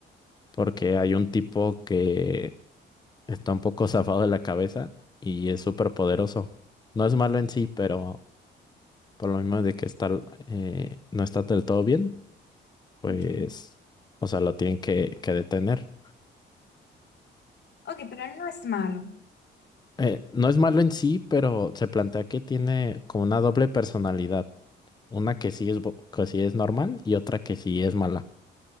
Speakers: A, on the left; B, on the left.
A: porque hay un tipo que está un poco <laughs> zafado de la cabeza y es súper poderoso. No es malo en sí, pero por lo mismo de que está, eh, no está del todo bien, pues,
B: Ok.
A: o sea, lo tienen que, que detener.
B: Ok, pero él no es malo.
A: eh, no es malo en sí, pero se plantea que tiene como una doble personalidad. Una que sí es, bo- que sí es normal y otra que sí es mala.